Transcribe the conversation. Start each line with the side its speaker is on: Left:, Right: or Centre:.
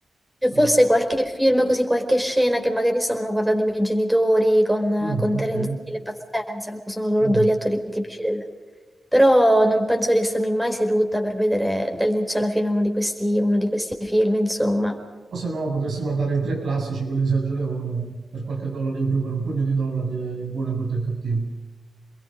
Centre: E
Right: beh.
Centre: forse qualche film, così qualche scena che magari stavano guardando i miei genitori con,
Right: Mm,
Centre: con
Right: ok.
Centre: Terence Hill e Bud Spencer, no? sono loro
Right: Mm.
Centre: due gli attori tipici del... Però non penso di essermi mai seduta per vedere dall'inizio alla fine uno di questi, uno di questi film, insomma.
Right: O se no potresti guardare i tre classici, quelli di Sergio Leone, per qualche dollaro in più, per un pugno di dollari, e il buono, il brutto e il cattivo.